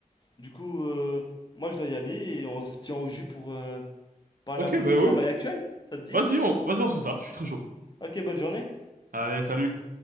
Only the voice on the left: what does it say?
Du coup, euh, moi je dois y aller et on se tient au jus pour euh, parler
un peu de
notre
travail actuel. Ça te dit?
Ok, bonne journée.